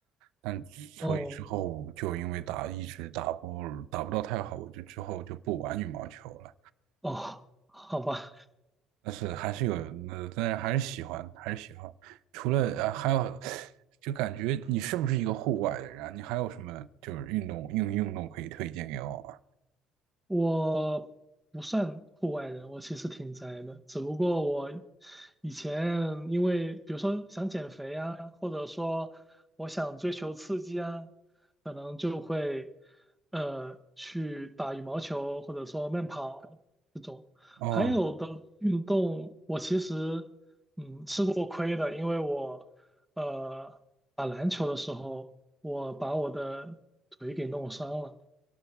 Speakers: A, on the right; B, in the centre.
A: 但所以之后就因为打一直打不打不到太好，
B: 哦
A: 我就之后就不玩羽毛球了。
B: 哦，好吧。
A: 但是还是有，那但是还是喜欢，还是喜欢。除了呃还有，就感觉你是不是一个户外的人啊？你还有什么就是运动运运动可以推荐给我吗？
B: 我不算户外人，我其实挺宅的。只不过我以前因为，比如说想减肥啊，或者说我想追求刺激啊，可能就会呃去打羽毛球，或者说慢跑这种。
A: 哦，
B: 还有的运动，我其实嗯吃过亏的，因为我呃打篮球的时候，我把我的腿给弄伤了。